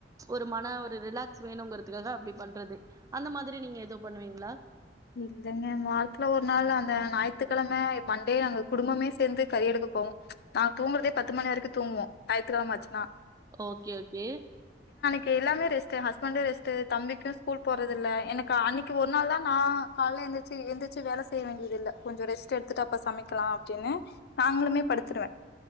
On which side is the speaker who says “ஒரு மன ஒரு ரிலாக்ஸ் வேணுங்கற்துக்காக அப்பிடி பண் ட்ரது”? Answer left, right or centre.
Right